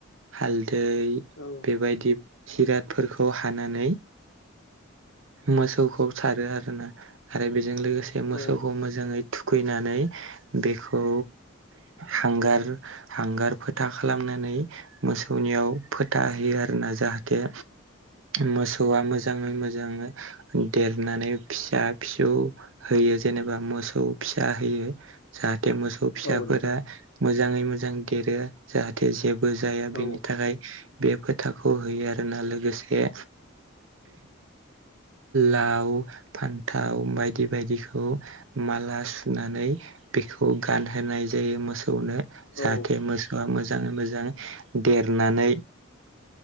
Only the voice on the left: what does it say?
औ
औ
औ नोंथां
औ
औ